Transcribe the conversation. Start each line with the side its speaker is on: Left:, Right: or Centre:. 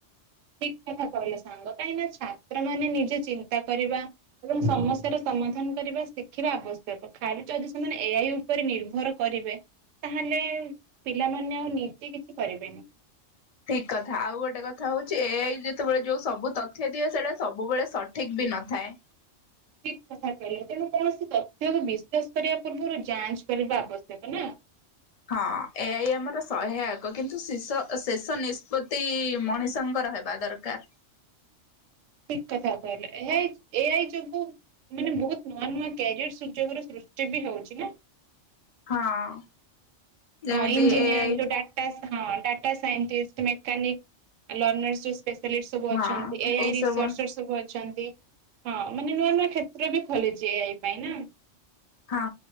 Right: ଠିକ କଥା କହିଲେ ସାଙ୍ଗ କାହିଁକି ନା ଛାତ୍ର ମାନେ ନିଜେ ଚିନ୍ତା କରିବା ଏବଂ ସମସ୍ୟାର ସମାଧାନ କରିବା ଶିଖିବା ଆବଶ୍ୟକ ଖାଲି ଯଦି ସେମାନେ ଏଆଇ ଉପରେ ନିର୍ଭର କରିବେ ତାହେଲେ ପିଲାମାନେ ଆଉ ନିଜେ କିଛି କରିବେନି।
Left: ଠିକ କଥା ଆଉ ଗୋଟେ କଥା ହଉଛି ଏଆଇ ଯେତେବେଳେ ଯୋଉ ସବୁ ତଥ୍ୟ ଦିଏ ସେଇଟା ସବୁବେଳେ ସଠିକ ବି ନଥାଏ।
Right: ଠିକ କଥା କହିଲେ ତେଣୁ କୌଣସି ତଥ୍ୟକୁ ବିଶ୍ୱାସ କରିବା ପୂର୍ବରୁ ଯାଞ୍ଚ କରିବା ଆବଶ୍ୟକ ନା
Left: ହଁ ଏଆଇ ଆମର ସହାୟକ କିନ୍ତୁ ଶିଷ ଶେଷ ନିଷ୍ପତ୍ତି ମଣିଷଙ୍କର ହେବା ଦରକାର।
Right: ଠିକ୍ କଥା କହିଲେ ଏଇ ଏ ଆଇ ଯୋଗୁ ମାନେ ବହୁତ ନୂଆ ନୂଆ କ୍ୟାରିୟର ସୁଯୋଗର ସୃଷ୍ଟି ବି ହଉଛି ନା
Left: ହଁ! ଯେମିତି
Right: ହଁ ଇଞ୍ଜିନିୟର
Left: ଏ ଆଇ
Right: ଯୋଉ ଡାଟା ହଁ data scientist mechanic learner specialist ସବୁ ଅଛନ୍ତି,
Left: ହଁ
Right: ଏଆଇ
Left: ଏଇ
Right: ରିସର୍ଚର
Left: ସବୁ
Right: ସବୁ ଅଛନ୍ତି। ହଁ ମାନେ ନୂଆ ନୂଆ କ୍ଷେତ୍ର ବି ଖୋଲିଛି ଏଇ ପାଇଁ ନା।
Left: ହଁ